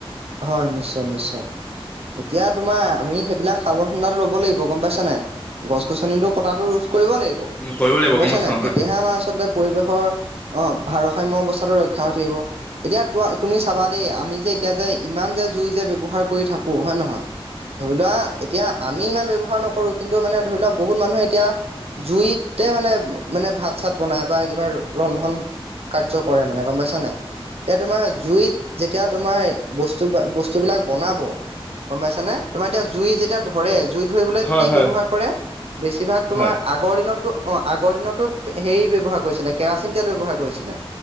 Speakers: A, on the right (about 80°); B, on the left (about 15°).
A: হয় নিশ্চয় -নিশ্চয়। এতিয়া তোমাৰ আমি সেইবিলাক সাৱধানতাটো ল'ব লাগিব গম পাইছা নাই? গছ গছনিতো কটাটো ৰোধ কৰিব লাগিব
B: কৰিব লাগিব
A: গম পাইছা নাই
B: হয়।
A: তেতিয়াহে আমাৰ আচলতে পৰিৱেশৰ। <unintelligible> অ', ভাৰসাম্য অৱস্থাতো ৰক্ষা হৈ থাকিব। এতিয়া টোৱা তুমি চাবা দেই আমি যে এতিয়া যে ইমান যে জুই যে ব্যৱহাৰ কৰি থাকো হয় নহয়। ধৰি লোৱা এতিয়া আমি ইমান ব্যৱহাৰ নকৰো। কিন্তু মানে ধৰি লওক বহুত মানুহে এতিয়া জুইতে মানে মানে ভাত চাত বনায় বা কিবা ৰ ৰন্ধন কাৰ্য কৰে মানে গম পাইছা নাই এতিয়া তোমাৰ জুইত যেতিয়া তোমাৰ। বস্তু বস্তু বিলাক বনাব গম পাইছানে তোমাৰ এতিয়া জুই যেতিয়া ধৰে জুই ধৰিবলৈ
B: হয়
A: কি
B: হয়
A: ব্যৱহাৰ কৰে বেছিভাগ তোমাৰ
B: হয়
A: আগ আগৰ দিনতো অ', আগৰ দিনতো হেৰি ব্যৱহাৰ কৰিছিলে। কেৰাচিন তেল ব্যৱহাৰ কৰিছিলে